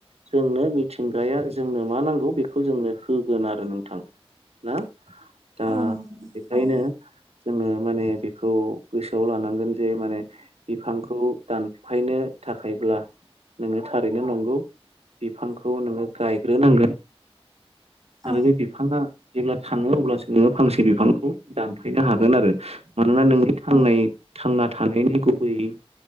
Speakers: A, on the right; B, on the right.
A: जोंनो मिथिंगाया जोंनो मा नांगौ बेखौ जोंनो होगोन आरो नोंथां ना दा
B: औ नंगौ नोंथां
A: बेखायनो
B: औ
A: जोङो माने बेखौ गोसोआव लानांगोन जे माने बिफांखौ दानफायनो थाखायब्ला नोङो थारैनो नंगौ बिफांखौ नोङो गायग्रोनांगोन
B: औ
A: आरो बे बिफाङा जेब्ला थाङो अब्लासो नोङो फांसे बिफांखौ दानफायनो हागोन आरो मानोना नोंनि थांनाय
B: औ
A: थांना थानायनि गुबैयै